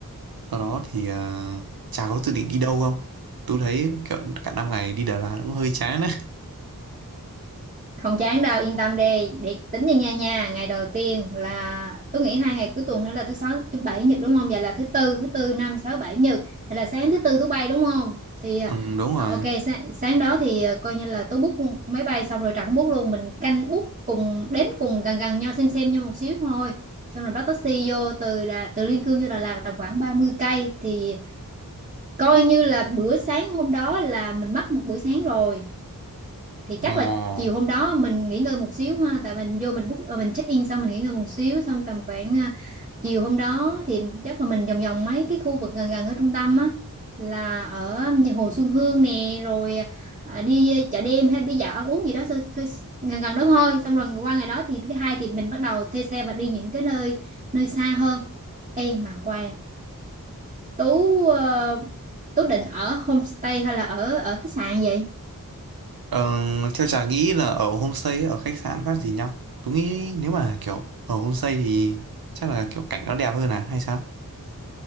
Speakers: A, on the right; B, on the right.
A: sau đó thì uh, chả có dự định đi đâu không tôi thấy kiểu cả 5 ngày đi Đà Lạt cũng hơi chán á
B: không chán đâu yên tâm đi để tính cho nha nha ngày đầu tiên là tôi nghĩ hai ngày cuối tuần nữa là thứ sáu thứ bảy nhật đúng không vậy là thứ tư thứ tư năm sáu bảy nhật thì là sáng thứ tư tôi bay đúng không thì à,
A: ừ, đúng rồi
B: à, ok sáng, sáng đó thì à, coi như là tôi book máy bay xong rồi Trà cũng book luôn mình canh book cùng đến cùng gần gần nhau xem xem nhau một xíu thôi xong rồi bắt taxi vô từ Đà, từ Liên Khương vô Đà Lạt tầm khoảng 30 cây thì coi như là bữa sáng hôm đó là mình mất một bữa sáng rồi thì
A: ờ,
B: chắc là chiều hôm đó mình nghỉ ngơi một xíu ha tại mình vô mình book ờ, mình check in xong mình nghỉ ngơi một xíu xong tầm khoảng à, chiều hôm đó thì chắc là mình vòng vòng mấy cái khu vực gần gần ở trung tâm á là ở nhà Hồ Xuân Hương nè rồi à, đi chợ đêm hay đi dạo ăn uống gì đó sơ- khơi- gần gần đó thôi xong rồi qua ngày đó thì thứ hai thì mình bắt đầu thuê xe và đi những cái nơi nơi xa hơn Ê mà khoan Tú ờ, Tú định ở homestay hay là ở ở khách sạn vậy
A: ờ, theo chả nghĩ là ở homestay ở khách sạn phát gì nhau tôi nghĩ nếu mà kiểu ở homestay thì chắc là kiểu cảnh nó đẹp hơn à hay sao